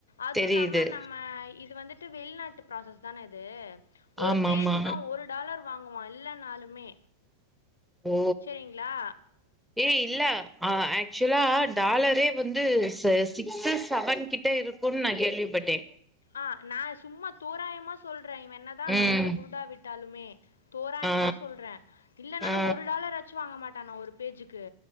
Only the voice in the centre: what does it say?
தெரியுது
ஆமா
ஆமா
ஓ
ஏ இல்ல ஆக்சுவலா டாலரே வந்து ஸ் சிக்ஸு செவன் கிட்ட இருக்குன் நா கேள்விப்பட்டே
ம்
ஆ
ஆ